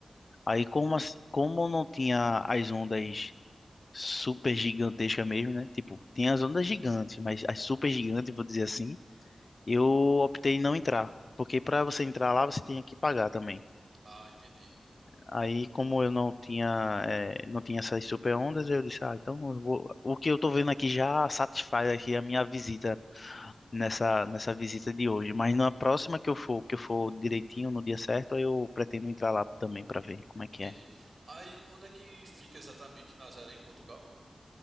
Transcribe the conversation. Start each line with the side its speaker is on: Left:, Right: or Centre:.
Left: Aí como assim- como não tinha as ondas super gigantescas mesmo, né? Tipo, tinha as ondas gigantes, mas as super gigantes, vou dizer assim, eu optei em não entrar, porque para você entrar lá você tinha que pagar também.
Right: Ah, entendi.
Left: Aí como eu não tinha eh, não tinha essas super ondas, eu disse, ah, então eu vou- o que eu tô vendo aqui já satisfaz aqui a minha visita nessa nessa visita de hoje, mas na próxima que eu for, que eu for direitinho no dia certo, aí eu pretendo entrar lá também para ver como é que
Right: Entendi.
Left: é.
Right: Aí, onde é que fica exatamente Nazaré, em Portugal?